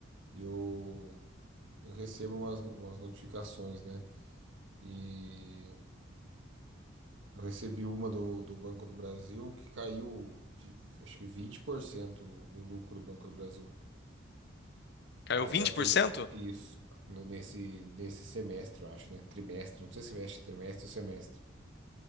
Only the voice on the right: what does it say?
E eu Eu recebo umas, umas notificações, né? E eu recebi uma do, do Banco do Brasil que caiu de acho que 20% o, o lucro do Banco do Brasil.
Aí
a turma.
Isso, n- nesse, nesse semestre, eu acho, né? Trimestre, não sei se veste trimestre ou semestre.